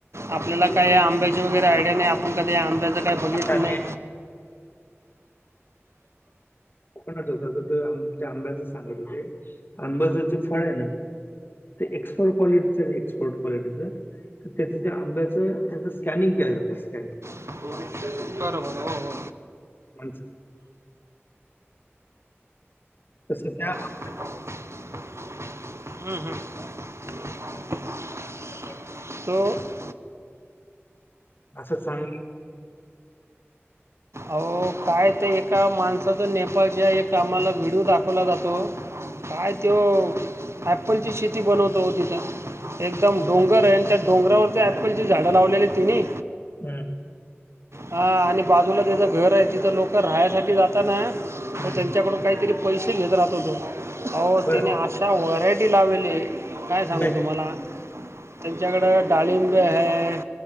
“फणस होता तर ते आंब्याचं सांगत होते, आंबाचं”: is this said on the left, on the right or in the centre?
Left